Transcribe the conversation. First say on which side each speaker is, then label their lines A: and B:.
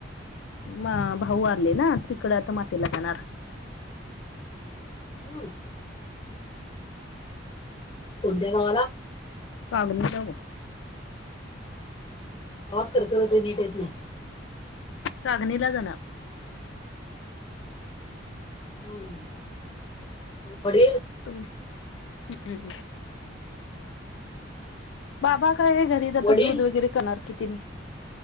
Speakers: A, on the left; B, on the left.
A: म भाऊ वारलेला तिकडे आता मातीला जाणार.
B: हम. कोणत्या गावाला.
A: कागणी ला वो.
B: आवाज खर खरं नीट येत नाय.
A: कागनीला जाणार.
B: हम्म बर.
A: तुम्ही हम हम. बाबा काय घरीच आता
B: वडील
A: दूध वगैरे करणार कि तिनी.